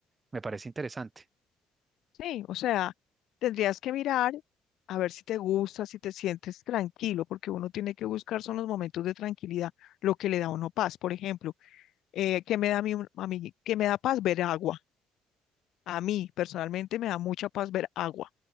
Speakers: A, on the right; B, on the left.
A: me parece interesante.
B: sí, o sea, tendrías que mirar a ver si te gusta, si te sientes tranquilo, porque uno tiene que buscar son los momentos de tranquilidad, lo que le da a uno paz. Por ejemplo, eh, ¿qué me da a mí, un- a mí- qué me da paz? Ver agua. A mí personalmente me da mucha paz ver agua,